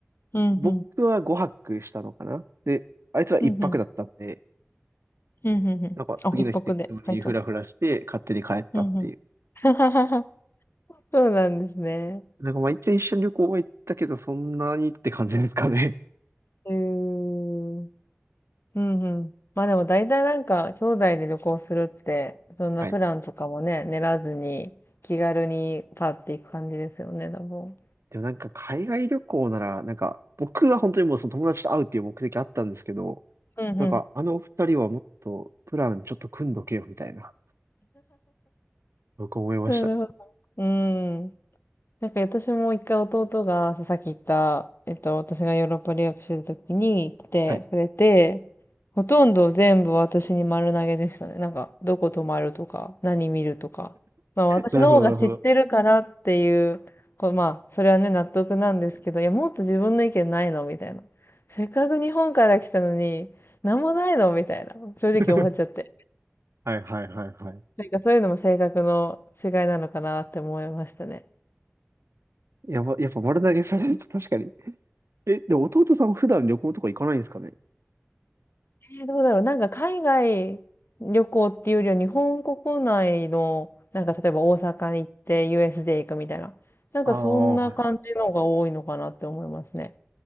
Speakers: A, on the left (about 55°); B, on the right (about 80°).
A: うんうん。
B: 僕は5泊したのかなで、あいつら一泊だったんで、
A: うんうん。うんうんうん。
B: なんか、
A: あ、
B: 次の日適当にフラフラして、
A: 一泊で入っちゃった。
B: 勝手に帰ったっていう。
A: うんうん。<laughs> そうなんですね。
B: なんか、まあ一応一緒に旅行は行ったけど、そんなにって感じですかね。
A: うーん。うんうん。まあでも大体なんか、兄弟で旅行するって、そんなプランとかもね、
B: <laughs> はい
A: 練らずに、気軽にパッて行く感じですよね、多分。
B: でもなんか海外旅行なら、なんか僕は本当にもうその友達と会うっていう目的あったんですけど、
A: うんうん。
B: なんかあのお二人はもっとプランちょっと組んどけよみたいな、僕思いましたね。
A: なるほど。うーん。なんか私も一回弟がささっき言った、えっと、私がヨーロッパ留学してる時に来てくれて、
B: はい。
A: ほとんど全部私に丸投げでしたね。なんか、どこ泊まるとか、何見るとか。まあ私の方が知ってるからっていう、
B: なるほど、なるほど。
A: こう、まあ、それはね、納得なんですけど、いや、もっと自分の意見ないのみたいな。せっかく日本から来たのに、なんもないのみたいな。正直思っちゃって。
B: <laughs> はいはいはいはい。
A: なんかそういうのも性格の違いなのかなって思いましたね。
B: やば、やっぱ丸投げされると確かに。え、でも弟さん普段旅行とか行かないんですかね
A: えどうだろう。なんか海外旅行っていうよりは日本国内の、なんか例えば大阪に行って USJ 行くみたいな。なんかそんな感じのが多いのかなって思いますね。
B: ああ、はい